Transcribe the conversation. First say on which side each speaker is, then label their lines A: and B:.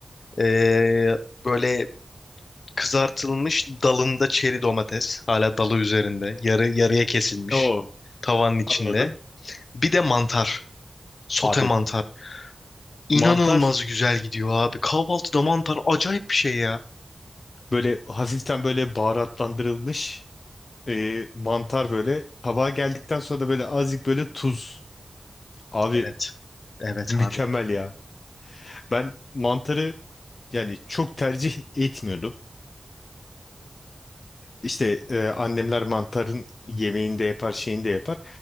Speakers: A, on the left; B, on the left.
A: e, böyle Kızartılmış dalında çeri domates. Hala dalı üzerinde. Yarı yarıya kesilmiş.
B: Oo,
A: Tavanın içinde.
B: anladım.
A: Bir de mantar. Sote
B: Abi
A: mantar. İnanılmaz
B: mantar
A: güzel gidiyor abi. Kahvaltıda mantar acayip bir şey ya.
B: böyle hafiften böyle baharatlandırılmış. e, mantar böyle. Tabağa geldikten sonra da böyle azıcık böyle tuz. Abi
A: Evet. Evet
B: mükemmel
A: abi.
B: ya. Ben mantarı yani çok tercih etmiyordum. İşte e, annemler mantarın yemeğini de yapar, şeyini de yapar.